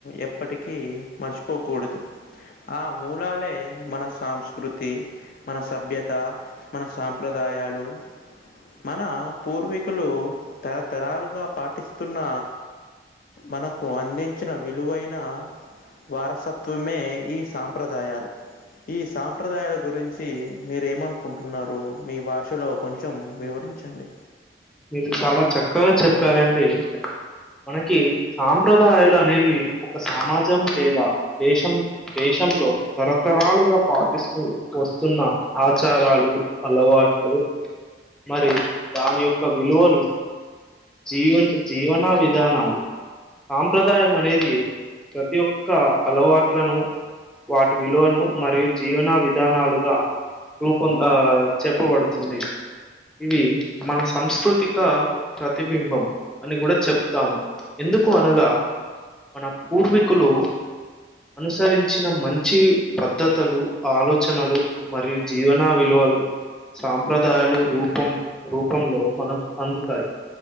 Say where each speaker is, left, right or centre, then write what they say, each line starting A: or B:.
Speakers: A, on the left (about 50°); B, in the centre.
A: ఎప్పటికీ మర్చిపోకూడదు ఆ మూలాలే మన సంస్కృతి మన సభ్యత మన సాంప్రదాయాలు మన పూర్వీకులు తరతరాలుగా పాటిస్తున్న మనకు అందించిన విలువైన వారసత్వమే ఈ సాంప్రదాయాలు ఈ సాంప్రదాయాల గురించి మీరు ఏమను కుంటున్నారు మీ భాషలో కొంచెం వివరించండి
B: మీరు చాలా చక్కగా చెప్పారండి మనకి సాంప్రదాయాలు అనేవి ఒక సమాజం లేదా దేశం డేస్ తంలో తరతరాలుగా పాటిస్తూ వస్తున్న ఆచారాలు అలవాట్లు మరి దాని యొక్క విలువలు జీవంత్ జీవన విధానాలు సాంప్రదాయం అనేది ప్రతి ఒక్క అలవాట్లను వాటి విలువను మరియు జీవన విధానాలుగా రూపం దా ఆ చెప్పబడుతుంది ఇవి మన సంంస్కృతిక ప్రతిబింబం అని కూడా చెప్తాము ఎందుకు అనగా మన పూర్వీకులు అనుసరించిన మంచి పద్ధతులు ఆలోచనలు మరియు జీవనా విలువ పలు సాంప్రదాయాలు రూపం రూపంలో మనకు అందుతాయి